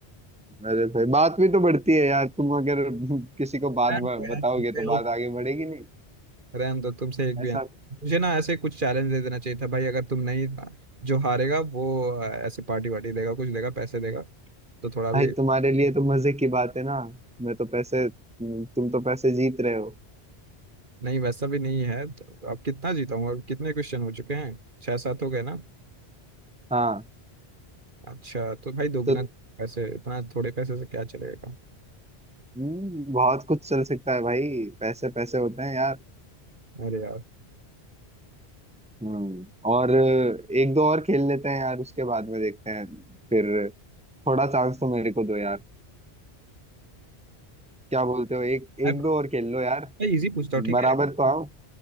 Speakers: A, in the centre; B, on the right.
A: अरे भाई बात भी तो बढ़ती है यार तुम अगर <laughs> किसी को बात
B: रहन
A: ब-
B: दो यार,
A: बताओगे
B: तुमसे
A: तो बात
B: एक-
A: आगे बढ़ेगी नहीं
B: रहन दो तुमसे एक भी
A: ऐसा
B: answer। मुझे ना ऐसे कुछ चैलेंज दे देना चाहिए था भाई अगर तुम नहीं जो हारेगा वो अ, ऐसे पार्टी वार्टी देगा कुछ देगा पैसे देगा तो थोड़ा भी
A: भाई तुम्हारे लिए तो मजे की बात है ना मैं तो पैसे तुम तो पैसे जीत रहे हो
B: नहीं वैसा भी नहीं है तो अब कितना जीता हूँ अब कितने क्वेश्चन हो चुके हैं छह सात हो गए ना
A: हाँ
B: अच्छा तो भाई दोगुना
A: तो
B: पैसे इतना थोड़े पैसे से क्या चलेगा
A: हम्म, बहुत कुछ चल सकता है भाई पैसे पैसे होते हैं यार
B: अरे यार
A: हम्म और एक दो और खेल लेते हैं यार उसके बाद में देखते हैं फिर थोड़ा चांस तो मेरे को दो यार क्या बोलते हो एक
B: मैं
A: एक दो और खेल लो यार
B: मैं इजी पूछता हूँ ठीक
A: बराबर
B: है
A: तो आओ